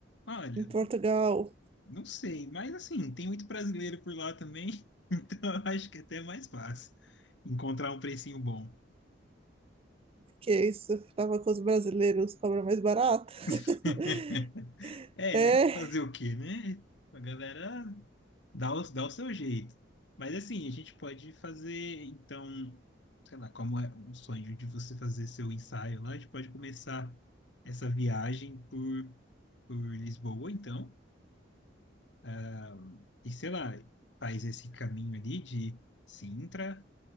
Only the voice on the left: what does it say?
Olha,
não sei, mas assim, tem muito brasileiro por lá também, <laughs> então eu acho que é até mais fácil encontrar um precinho bom.
<laughs> É,
fazer o quê, né? A galera Dá o, dá o seu jeito. Mas assim, a gente pode fazer, então, sei lá, como é um sonho de você fazer seu ensaio lá, a gente pode começar essa viagem por, por Lisboa, então, Ah, e sei lá, faz esse caminho ali de Sintra.